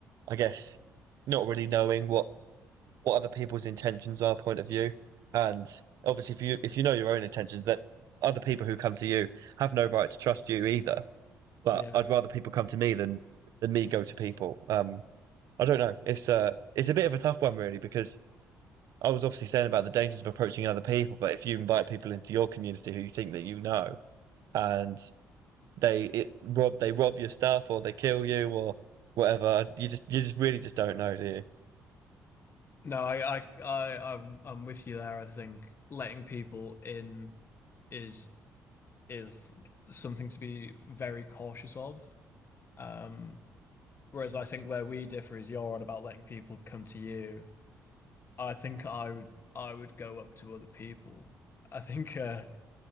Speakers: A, on the right (about 70°); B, on the left (about 40°).
A: I guess not really knowing what what other people's intentions are point of view, and obviously if you if you know your own intentions, that other people who come to you have no right to trust you either. But
B: yeah.
A: I'd rather people come to me than than me go to people. Um, I don't know. It's uh it's a bit of a tough one really because I was obviously saying about the dangers of approaching other people, but if you invite people into your community who you think that you know, and they it rob they rob your stuff or they kill you or whatever, you just you just really just don't know, do you? <laughs>
B: No, I, I, I, I'm, I'm with you there. I think letting people in is is something to be very cautious of. Um, whereas I think where we differ is you're on about letting people come to you. I think I would I would go up to other people. I think uh,